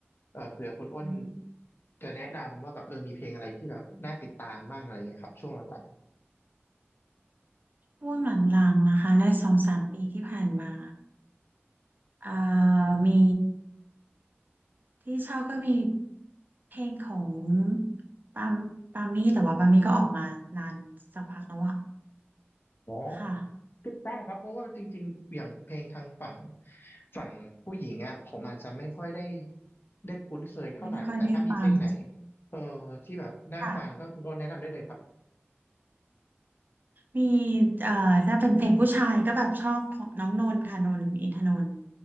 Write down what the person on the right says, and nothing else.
อืม
ช่วงหลังๆนะคะในสองสามปีที่ผ่านมาเอ่อมีที่ชอบก็มีเพลงของปามปามี่แต่ว่าปามี่ก็ออกมานานสักพักแล้วอะ
ค่ะ
ไม่ได้ค่อยได้ฟัง
ค่ะ มีเอ่อถ้าเป็นเพลงผู้ชายก็แบบชอบของน้องนนท์ค่ะนนท์อินทนนท์